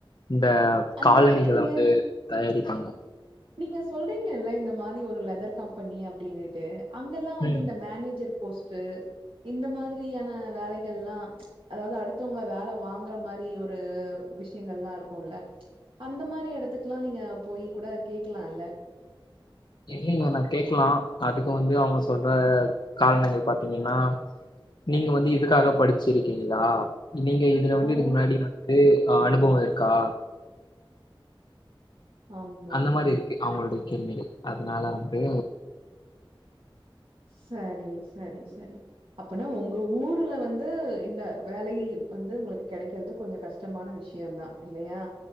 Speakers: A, on the left; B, on the right.
A: இந்த
B: அந்த
A: காலனிகளா
B: நீங்க
A: வந்து தயாரிப்பாங்க
B: நீங்க சொல்றீங்கல்ல இந்த மாரி ஒரு லெதர் கம்பெனி அ அப்டின்னுட்டு அங்கெல்லாம் வந்து
A: ம்
B: இந்த மேனேஜர் போஸ்ட் இந்த மாதிரியான வேலைகள் லா அதாவுது அடுத்தவுங்ள வேல வாங்குற மாரி ஒரு விஷ்யங்கள்லா இருக்கொல்ல அந்த மாரி எடத்துக்லா நீங்க போய் கூட கேக்லால்ல
A: இல்லீங்க நா கேக்லா அதுக்கு வந்து அவுங்க சொல்ற காரணங்கள் பாத்தீங்கன்னா நீங்க வந்து இதுக்காக படிச்சிருக்கீங்ளா நீங்க இங்க இதுல வந்துருக்க
B: ஓ!
A: முன்னாடி வந்து அனுபவோருக்கா
B: ஆமா.
A: அந்த மாரி இர்க்கு அவுங்ளுடைய கேள்விகள் அதனால வந்து
B: சரி சரி சரி அப்பன்னா உங்க ஊரூல வந்து இந்த வேலை வந்து உங்ளுக்கு கெடைக்கறது கொஞ்சோ கஷ் ஷ்டமான விஷ்யோந்தா இல்லையா